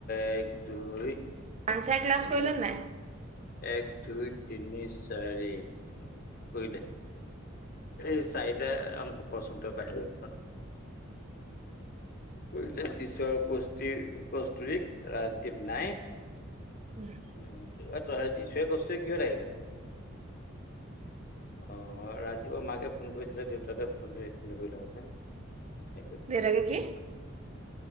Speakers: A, on the left; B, on the right.
A: এক দুই
B: পানচাই ক্লাছ
A: তিনি
B: কৰিলে নে নাই?
A: এক দুই তিনি চাৰি কৰিলে, এই চাৰিটা অংক কৰচোন <unintelligible> কৰিলে দিশা কাষ্টুৰিক ৰাজদীপ নাই
B: উম,
A: উম, তই সেই যিচুৱে কাষ্টুৰিয়ে কিহত আহিলে নো? অ', ৰাতিপুৱা মাকে ফোন কৰিছিলে দেউতাকে ফোনটো ৰিচিভ নকৰিলে হপাই সেইটোত
B: দেউতাকে কি